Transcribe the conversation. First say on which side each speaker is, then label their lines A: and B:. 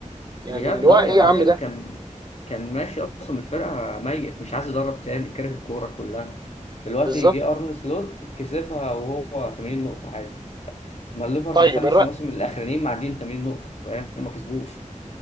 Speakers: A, on the right (about 35°); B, on the left (about 55°).
A: يعني
B: بجد
A: اللي هو
B: اه
A: ايه
B: يعني
A: يا
B: الراجل
A: عم ده
B: كان كان ماشي اصلا من الفرقه ميت مش عايز يدرب تاني كره الكوره كلها دلوقتي
A: بالظبط
B: جه ارن سلوت كسبها وهو 80 نقطه عادي يعني ما الليفر
A: طيب
B: الخمس
A: الرق
B: مواسم الاخرانيين معديين 80 نقطه فاهم ما كسبوش